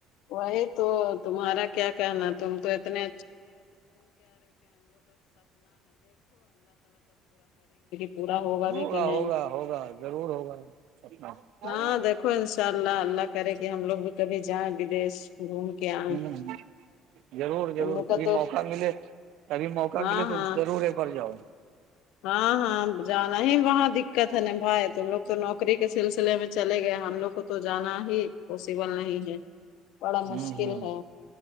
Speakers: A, on the left; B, on the right.
A: وہی تو تمہارا کیا کہنا تم تو اتنے <unintelligible>
B: ہوگا
A: بھی کہ نہیں
B: ہوگا ہوگا ضرور ہوگا اپنا ہاںی
A: ہاں دیکھو انشاء اللہ اللہ کرے کہ ہم لوگ بھی کبھی جائیں ودیش گھوم کے آئیں
B: <unintelligible> ضرور
A: تم
B: ضرور
A: لوگ
B: کبھی
A: کا تو
B: موقع ملے کبھی موقع
A: ہاں
B: ملے تو
A: ہاں
B: ضرور ایک بار جاؤ
A: ہاں ہاں جانا ہی وہاں دقت ہے ن بھائی تم لوگ تو نوکری نوکری کے سلسلے میں چلے گئے ہم لوگ کو تو جانا ہی پوسبل نہیں ہے <unintelligible> بڑا مشکل
B: ہوں ہوں
A: ہے